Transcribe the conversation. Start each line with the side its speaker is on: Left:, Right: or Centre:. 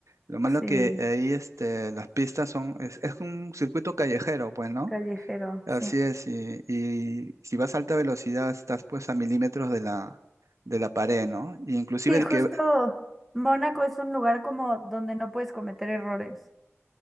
Right: Lo malo
Centre: sí.
Right: que ahí este, las pistas son, es, es un circuito callejero, pues, ¿no?
Centre: Callejero,
Right: Así
Centre: sí.
Right: es, y, y si vas a alta velocidad estás pues a milímetros de la, de la pared, ¿no? Y inclusive
Centre: Sí,
Right: el
Centre: justo
Right: que,
Centre: Mónaco es un lugar como donde no puedes cometer errores.